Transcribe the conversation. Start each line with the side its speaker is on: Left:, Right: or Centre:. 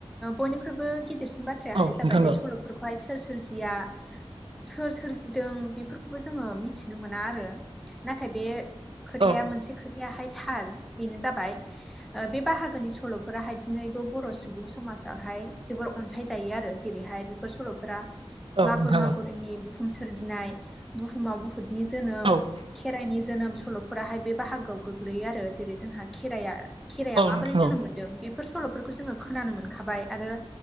Centre: बयनिख्रुइबो गिदिरसिन बाथ्रायाहाय
Right: औ नोंथां
Centre: जाबाय बे सल'फोरखौहाय सोर सोरजिया सोर सोरजिदों बेफोरखौबो जोङो मिथिनो मोना आरो नाथाय बे खोथाया
Right: औ
Centre: मोनसे
Right: औ
Centre: खोथायाहाय थार बेनो जाबाय बे बाहागोनि सल'फोराहाय दिनैबो बर' सुबुं समाजावहाय जोबोर अनसायजायो आरो जेरैहाय बेफोर सल'फोरा
Right: औ
Centre: मागुर मागुरनि बुहुम सोरजिनाय बुहुमा बुहुतनि जोनोम
Right: नोंथां औ
Centre: खेराइनि जोनोम सल'फोराहाय बे बाहागोआव गोग्लैयो आरो जेरै जोंहा खेराइआ खेराइाया
Right: औ
Centre: माबोरै
Right: नोंथां
Centre: जोनोम मोन्दों बेफोर सल'फोरखौ जोङो खोनानो मोन खाबाय आरो